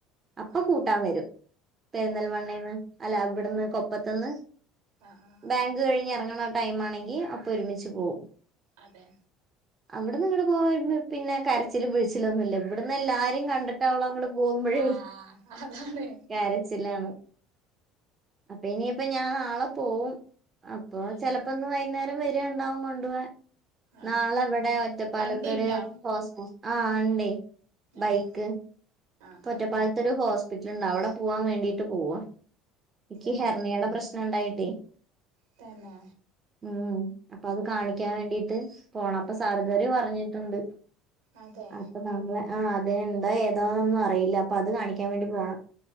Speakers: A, on the right; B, on the right.
A: അപ്പൊ
B: ആഹ് ആഹ് ആഹ്
A: കൂട്ടാൻ വരും. പെര്ന്തൽമണ്ണേന്ന്
B: ആഹ്
A: അല്ല അവിടുന്ന് കൊപ്പത്തുന്ന്.
B: ആഹ് ആഹ് ആഹ്
A: ബാങ്ക് കഴിഞ്ഞ് ഇറങ്ങണ ടൈം ആണെങ്കി അപ്പൊ ഒരുമിച്ച് പോവും
B: അതെ.
A: അവിടെ നിങ്ങടെ പോ പിന്നെ കരച്ചിലും പിഴിച്ചിലൊന്നുല്ല. ഇവിടന്ന് എല്ലാരും കണ്ടിട്ടാവളോ അങ്ങടെ പോകുമ്പോഴേ
B: ആഹ് അതാണ്
A: കരച്ചിലാണ് അപ്പൊ ഇനി അപ്പൊ ഞാൻ നാളെ പോവും. അപ്പൊ
B: ഉം
A: ചെലപ്പോ ഇന്ന് വൈകുന്നേരം വെരിയണ്ടാവും കൊണ്ടു പോവാൻ.
B: ആഹ്
A: നാളെവിടെ ഒറ്റപ്പാലത്തൊരു
B: വണ്ടിണ്ടോ
A: ഹോസ് ആ ഉണ്ടേ ബൈക്ക്
B: ആഹ് ആഹ്
A: ഒറ്റപ്പാലത്തരു
B: ആഹ്
A: ഹോസ്റ്റ ഹോസ്പിറ്റലുണ്ട് അവിടെ പോവാൻ വേണ്ടിട്ട് പോവാ എനിക്ക്
B: അതെ
A: ഹെർണിയയുടെ പ്രശ്നം ഉണ്ടായിട്ടേ
B: തന്നെ.
A: ഉം അപ്പൊ അത് കാണിക്കാൻ വേണ്ടിട്ട് പോണം അപ്പൊ
B: ആ
A: സാർജറി
B: ആ
A: പറഞ്ഞിട്ടുണ്ട്
B: അതെ
A: അപ്പൊ നാളെ ആ അതെന്താ ഏതാന്നൊന്നും അറിയില്ല അപ്പൊ അത് കാണിക്കാൻ വേണ്ടി പോണം